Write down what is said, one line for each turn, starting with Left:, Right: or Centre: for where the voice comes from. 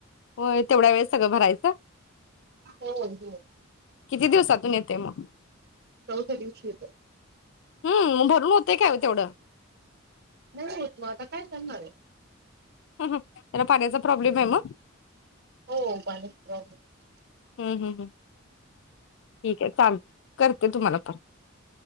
Left: होय तेवढ्या वेळेस सगळं भरायचं.
Right: होय हो.
Left: किती दिवसातून येतय म
Right: चौथ्या दिवशी येत.
Left: हु म भरून होतेय काय तेवढं
Right: नाही होेत आता काय करणारये.
Left: त्याला पाण्याचा प्रॉब्लेम आहे म
Right: हो पाण्याचा प्रॉब्लेमच ये
Left: हु हु हु ठीक आहे चालत करते तुम्हाला परत